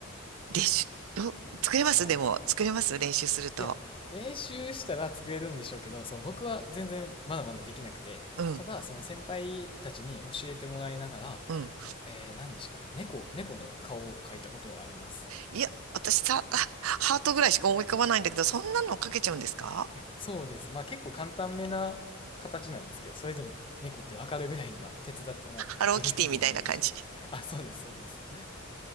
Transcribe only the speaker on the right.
練習、うん作れますでも、
作れます練習すると。
うん、
うん。
いや、私さ、<laughs> ハートぐらいしか思い浮かばないんだけど、そんなのかけちゃうんですか
ハローキティみたいな感じ。